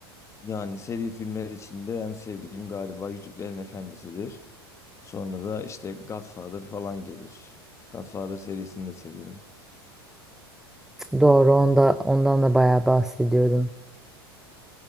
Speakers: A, on the left; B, in the centre.
A: yani seri filmler içinde en sevdiğim galiba Yüzüklerin Efendisi'dir. Sonra da işte Godfather falan gelir. Godfather serisini de seviyorum.
B: Doğru, onda ondan da bayağı bahsediyordun.